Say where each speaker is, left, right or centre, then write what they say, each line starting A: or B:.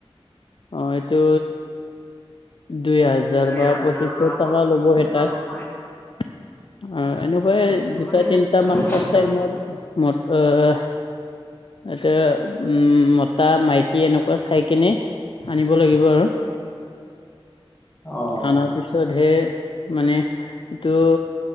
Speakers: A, on the left; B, on the left.
A: অ এইটো দুই হাজাৰ
B: দুই
A: বা
B: হাজাৰ
A: পঁচিশশ
B: বা পঁচিছশ
A: টকা ল'ব
B: টকা
A: এটাত।
B: ল'ব
A: অ এনেকুৱাই
B: এনেকুৱাই
A: দুটা তিনটা মান
B: দুটা
A: ফাৰ্ষ
B: তিনিটা
A: টাইত
B: মান
A: ম অ এতিয়া উম মতা-মাইকী এনেকুৱা চাই কেনে আনিব লাগিব আৰু।
B: অ।
A: অনাৰ পিছতহে মানে এইটো,